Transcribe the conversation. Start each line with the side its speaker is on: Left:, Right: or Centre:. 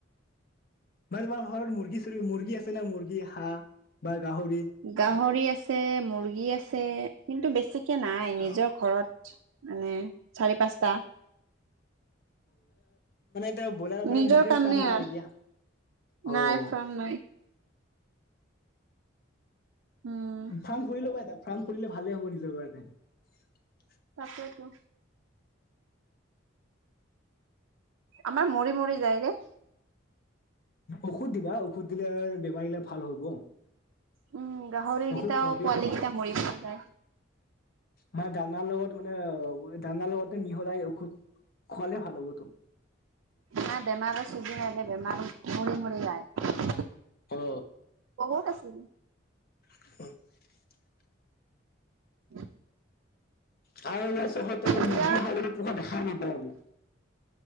Left: বা তোমাৰ ঘৰত মুৰ্গী চুৰ্গী মুৰ্গী আছে না মুৰ্গী হাঁহ বা গাহৰি?
Right: গাহৰি আছে, মুৰ্গী আছে কিন্তু বেছিক কে নাই নিজৰ
Left: অ'।
Right: ঘৰত মানে চাৰি পাঁচটা।
Left: <unintelligible> বইলাৰৰ মানে
Right: নিজৰ
Left: মুৰ্গীৰ
Right: কাৰণে
Left: ফ্ৰাম নাই
Right: আৰু
Left: আৰকি, ‌
Right: নাই
Left: অও।
Right: ফাৰ্ম নাই উম
Left: ফ্ৰাম খুলি ল'বা এটা। ফ্ৰাম খুলিলে ভালে হ'ব নিজৰ কাৰণে।
Right: তাকেইতো। আমাৰ মৰি মৰি যায় ৰে।
Left: ঔষুধ দিবা ঔষুধ দিলে বেমাৰ গিলা ভাল হ'ব।
Right: উম, গাহৰি
Left: ঔষধ
Right: গিতাও
Left: খোৱাবি
Right: পোৱালি গিতা মৰি মৰি যায়।
Left: মানে দানাৰ লগত মানে অ দানাৰ লগতে মিহলাই ঔষুধ খোৱালে ভাল হবটো।
Right: না বেমাৰৰ চিজিন আইলে বেমাৰ মৰি মৰি যায়।
Left: অ
Right: বহুত আছিল।
Left: <unintelligible>
Right: <inaudible>
Left: <unintelligible> তহঁতৰ
Right: এতিয়া
Left: মুৰ্গী <unintelligible> পোহা দেখা নাপাওঁ আমি।